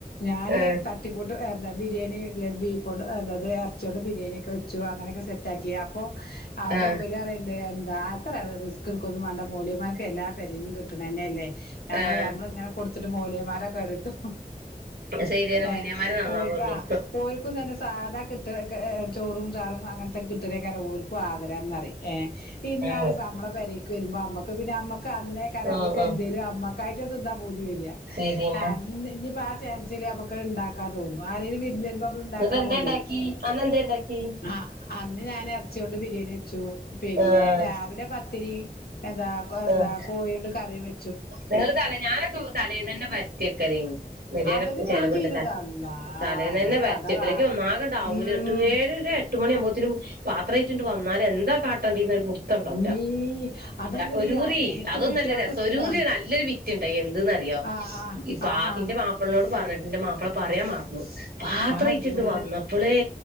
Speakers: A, on the left; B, on the right.
A: ഞാൻ
B: ആഹ്
A: തട്ടിക്കൂട്ട് എന്താ ബിരിയെ ണി ബീഫോണ്ട് അതാത് എർച്ചൊണ്ട് ബിരിയെണി ഒക്കെ വെച്ചു അങ്ങനെയൊക്കെ സെറ്റ് ആക്കി അപ്പോ അപ്പൊ
B: ആഹ്
A: ഇബല് പറിണ്ട് എന്താ അത്ര ഏറെ റിസ്ക് ഇട്ക്കൊന്നും വാണ്ട മൊയ്ല്യേമാര്ക്ക് എല്ലാ പെരേന്നും കിട്ടണന്നെല്ലേ നമ്മള്
B: ആഹ്
A: നമ്മള്ങ്ങനെ കൊട്ത്ത്ട്ട് മോയ്‌ല്യാമാരെ കേടെര്ത്തു
B: ശരിയെന്നെ
A: ഏഹ്
B: മുരിയന്മാര് നന്നാവുള്ളു
A: ഓൽക്ക് ആ ഓൽക്കും തന്നെ സാദാ കിട്ട് കെ ഏ ഏ ചോറും ചാറും അങ്ങനത്തെ കിട്ടലേക്കാരം ഓൽക്കും ആഗ്രഹംന്നറിം ഏ ഇന്നാലും
B: ഉം
A: ഇപ്പ നമ്മളെ പെരേ ക്ക് വരുമ്പൊ അമ്മക്ക് പിന്നെമ്മക്ക് അന്നേക്കാരം
B: ഉം
A: അമ്മക്ക്
B: ഉം
A: എന്തേലും അമ്മക്കായിട്ട് തിന്നാൻ പൂ തി വെരാ
B: ശരിയെന്നെ
A: ആ ഇഞ് ഇഞ്പ്പോ ആ ചാൻസില് നമ്മക്ക് ഇണ്ടാക്കാം തോന്നു ആരേലും വിര്ന്ന് വെരു പമ്മള്ണ്ടാക്ക്ണ
B: എന്നിട്ട് എന്താ
A: പോലെയ്
B: ഇണ്ടാക്കി അന്ന് എന്താ ഇണ്ടാക്കി
A: അഹ അന്ന് ഞാൻ എറച്ചിയോണ്ട് ബിരിയേണി വെച്ചു പിന്നെ
B: ആഹ്
A: രാവിലെ പത്തിരി എന്താ എന്താ
B: ആഹ്
A: കോയോണ്ട് കറിം വെ
B: നിങ്ങള് തല ഞാനൊക്കെ തലേന്നന്നെ പരത്തി വെക്കലേന്ന് മൊയ്ല്യേരെ
A: അതിന്
B: ചെലവ്ണ്ട്
A: ഞാൻ ചെയ്തത്
B: ത
A: അള്ളാ
B: തലേന്നന്നെ
A: അല്ലെങ്കി
B: പരത്ത്യേക്കല
A: കഥ കാ
B: ഇക്കി ഒന്നാകെണ്ട് ആവൂല
A: ഉം
B: എട്ട് ഏഴരെ ട്ട് മണി ആവുമ്പോത്തിനും പാത്രേറ്റ്ണ്ട് വന്നാല് എന്താ കാട്ടണ്ടീന്നൊരു പുട്ത്തണ്ടാവൂല
A: മീ അതല്ലടി
B: ഒരുറി
A: ആ നേരത്ത്
B: അതൊന്നും
A: കുട്ടികൾക്ക്
B: അല്ല രസം ഒരൂറി
A: ആ
B: <unintelligible> നല്ലൊര് വിറ്റ്ണ്ടായി എന്ത്ന്നറിയോ
A: ആ ആ
B: ഈ പാ
A: ആ ആ
B: ഇൻ്റെ മാപ്പൾനോട് പറഞ്ഞിട്ട് ഇന്റെ മാപ്പള പറയാൻ മറന്നു പാത്രേറ്റ്ണ്ട്
A: ആജോ
B: വന്നപ്പളേ